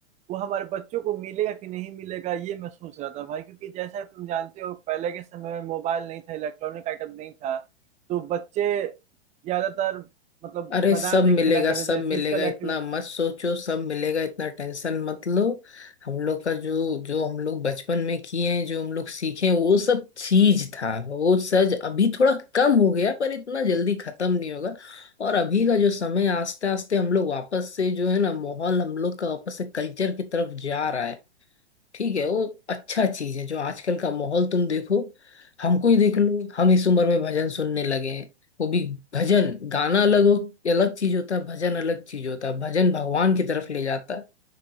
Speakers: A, on the right; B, on the left.
A: वो हमारे बच्चों को मिलेगा कि नहीं मिलेगा ये मैं सोच रहा था भाई क्योंकि जैसा तुम जानते हो पहले के समय में मोबाइल नहीं था इलेक्ट्रॉनिक आइटम नहीं था तो बच्चे ज्यादातर मतलब
B: अरे
A: मैदान
B: सब
A: में
B: मिलेगा
A: खेला करते
B: सब
A: थे फिजिकल
B: मिलेगा इतना
A: एक्टिविटी
B: मत सोचो सब मिलेगा इतना टेंशन मत लो हम लोग का जो जो हम लोग बचपन में किए हैं जो हम लोग सीखे हैं वो सब चीज था वो सज अभी थोड़ा कम हो गया पर इतना जल्दी खत्म नहीं होगा और अभी का जो समय आस्ते आस्ते हम लोग वापस से जो है ना माहौल हम लोग का वापस से कल्चर की तरफ जा रहा है ठीक है वो अच्छा चीज है जो आजकल का माहौल तुम देखो हमको ही देख लो हम इस उम्र में भजन सुनने लगे हैं वो भी भजन गाना अलग हो अलग चीज होता है भजन अलग चीज होता है भजन भगवान की तरफ ले जाता है